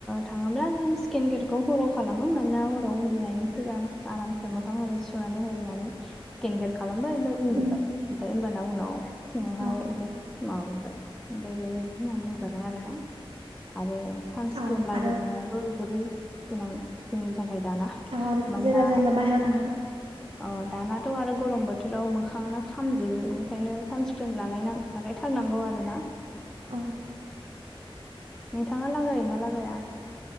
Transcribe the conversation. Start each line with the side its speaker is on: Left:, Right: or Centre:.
Centre: थाङोब्ला जों स्किन केेयारखौ हराव खालामो मानोना हराव उन्दुनायनि सिगां आरामसे मोखां हरै सुनानै होरिनानै गेनगेर खालामबाय ओमफ्राय उन्दुबाय
Right: उम
Centre: ओमफ्राय होमबाना उनाव फुङावहाय
Right: औ
Centre: ओमफ्राय माबाबाय <unintelligible> बिदि होनना बुंजागोन आरोना आरो सानस्क्रिन
Right: औ
Centre: लागायनायाबो
Right: आरो
Centre: जोबोरै गोनां जोंनि थाखाय दाना
Right: ओ आरो
Centre: मानोना
Right: जेला जेला बाहेरायाव थाङो
Centre: अ दानाथ' आरो गरम बोथोराव मोखाङानो खामजोबो ओंखायनो सानस्क्रिन लागायना लागायथारनांगौ आरो ना
Right: औ
Centre: नोंथाङा लागायोना लागाया